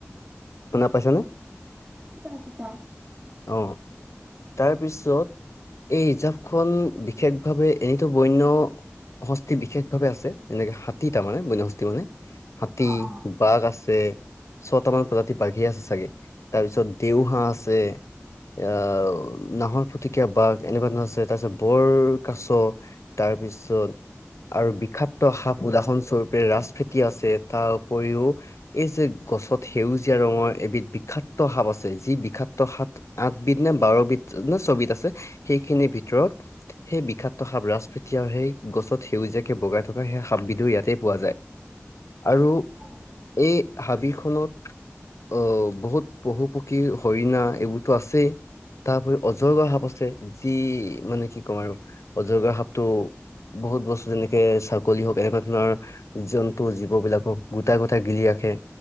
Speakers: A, on the left; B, on the right.
A: শুনা পাইছা নে?
B: বুজি পাইছোঁ কোৱা।
A: অ'। তাৰ পিছত এই ৰিৰ্জাভখন বিশেষভাৱে, <unintelligible> বন্য হস্তি বিশেষভাৱে আছে। এনেকে হাতী তাৰ মানে, বন্যহস্তী মানে হাতী
B: অ', অ'।
A: বাঘ আছে, ছয়টামান প্ৰজাতিৰ বাঘেই আছে চাগে? তাৰপিছত, দেওহাঁহ আছে এয়া নাহৰ ফুটকীয়া বাঘ, এনেকুৱা ধৰণৰ আছে তাৰ পিছত বৰ কাছ তাৰপিছত আৰু বিখাত সাপ উদাহৰণ স্বৰূপে ৰাজ ফেটি আছে, তাৰ উপৰিও এই যে গছত সেউজীয়া ৰঙৰ এবিধ বিষাক্ত সাপ আছে, যি বিষাক্ত সাপ আঠবিধ নে, বাৰবিধ, নে ছবিধ আছে সেইখিনিৰ ভিতৰত সেই বিষাক্ত সাপ ৰাজ ফেটি আৰু সেই গছত সেউজীয়াকে বগাই থাক থকা সেই সাপবিধো ইয়াতে পোৱা যায়, আৰু
B: অ'।
A: এই হাবিখনত অ', বহুত পশু-পক্ষী হৰিণা এইবোৰতো আছেই, তাৰ উপৰি অজগৰ সাপ আছে। যি মানে কি ক'ম আৰু অজগৰ সাপটো বহুত বস্তু যেনেকে চ কলি হওক এনেকুৱা ধৰণৰ জন্তু, জীৱ বিলাকক গোটাই গোটাই গিলি ৰাখে।